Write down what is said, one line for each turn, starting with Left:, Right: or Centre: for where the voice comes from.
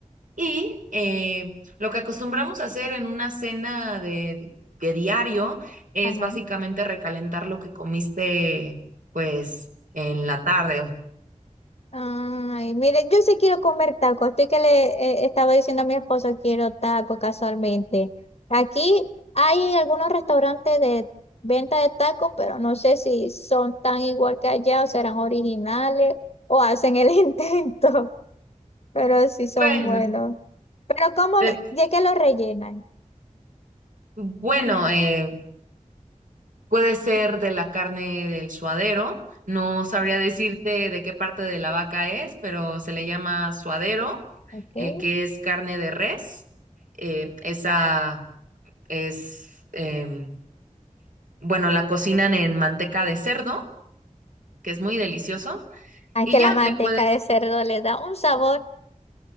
Right: Y eh, lo que acostumbramos a hacer en una cena de, de diario es
Left: Ajá.
Right: básicamente recalentar lo que comiste, pues, en la tarde.
Left: Ay, mire, yo sí quiero comer tacos. Estoy que le eh, estaba diciendo a mi esposo, quiero tacos casualmente. Aquí hay algunos restaurantes de venta de tacos, pero no sé si son tan igual que allá o serán originales o hacen el <laughs> intento, pero sí son
Right: Bueno,
Left: buenos. Pero ¿cómo?
Right: de-
Left: le- Ya que los rellenan,
Right: bueno, eh, puede ser de la carne del suadero. No sabría decirte de qué parte de la vaca es, pero se le llama suadero,
Left: ¿ok?
Right: eh, que es carne de res. Eh, esa es, em, bueno, la cocinan en manteca de cerdo que es muy delicioso,
Left: Ah,
Right: y
Left: que
Right: ya
Left: la manteca
Right: le puedes,
Left: de cerdo le da un sabor,